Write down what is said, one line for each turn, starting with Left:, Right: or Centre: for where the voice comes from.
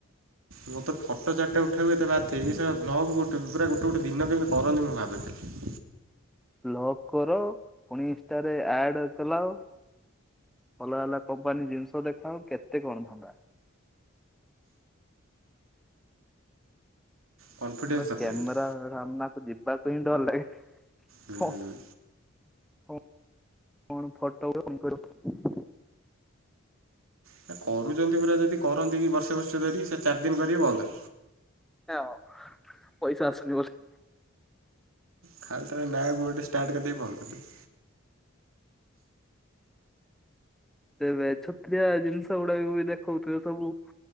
Right: ମୁଁ ତ ଫଟୋ ଚାରଟା ଉଠାଉ ଏତେ ବାଧ୍ୟ ହେଇ, ଏ ସେଗା <unintelligible> ଗୋଟେ ପୁରା ଗୋଟେ ଗୋଟେ ଦିନ କେମିତି କରନ୍ତି ମୁଁ ଭାବେ ଖାଲି।
Centre: ବ୍ଲଗ୍ କର, ପୁଣି ଇନଷ୍ଟାରେ ଆଡ୍ ଚଲାଅ। ଭଲ ହେଲା କମ୍ପାନୀ ଜିନିଷ ଦେଖା କେତେ କଣ ଧନ୍ଦା।
Right: କନଫିଡେନ୍ସ
Centre: ଆମେ
Right: ଦରକାର
Centre: କ୍ୟାମେରା
Right: କିନ୍ତୁ
Centre: ସାମ୍ନାକୁ ଯିବାକୁ ହିଁ ଡର ଲାଗେ।
Right: ହୁଁ।
Centre: କଣ କଣ ଫଟୋ କଣ କରିବ?
Right: ସେ କରୁଚନ୍ତି ପୁରା ଯଦି କରନ୍ତେ କି ବର୍ଷେ ବର୍ଷେ ଧରି ସେ ଚାର ଦିନ କରିବେ ବନ୍ଦ।
Centre: ହଁ ପଇସା ଆସୁନି ବୋଲି।
Right: ଖାଲି ଟାରେ ନାଁକୁ ଗୋଟେ ଷ୍ଟାର୍ଟ କରିଦେଇ ବନ୍ଦ କରିିଦେବେ।
Centre: ଏ ବେଛତ୍ରିଆ ଜିନଷ ଗୁଡାକ ବି ଦେଖଉଥିବେ ସବୁ।